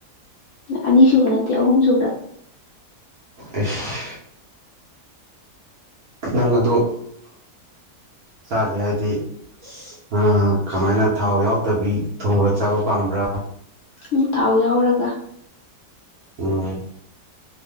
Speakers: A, on the left (about 65°); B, on the right (about 65°).
A: ꯑꯅꯤꯁꯨꯨꯕ ꯅꯠꯇꯦ ꯑꯍꯨꯝꯁꯨꯨꯕ
B: ꯑꯁ ꯅꯪ ꯑꯗꯨ ꯆꯥꯒꯦ ꯍꯥꯏꯗꯤ ꯑ ꯀꯃꯥꯏꯅ ꯊꯥꯎ ꯌꯥꯎꯗꯕꯤ ꯊꯣꯡꯕ ꯆꯥꯕ ꯄꯥꯝꯕ꯭ꯔꯥ
A: ꯎꯝ ꯊꯥꯎ ꯌꯥꯎꯔꯒ
B: ꯎꯝ